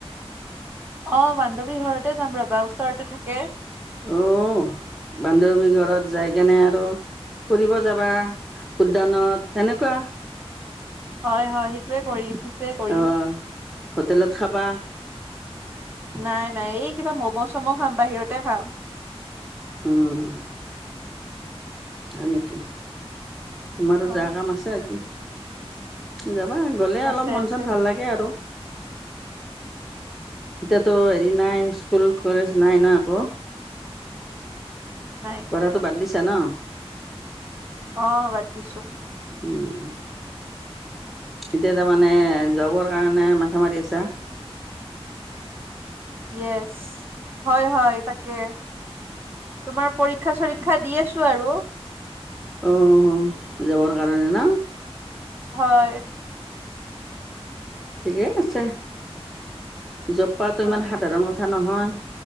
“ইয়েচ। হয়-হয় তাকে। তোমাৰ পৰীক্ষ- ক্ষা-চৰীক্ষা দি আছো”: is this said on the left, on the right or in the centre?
Right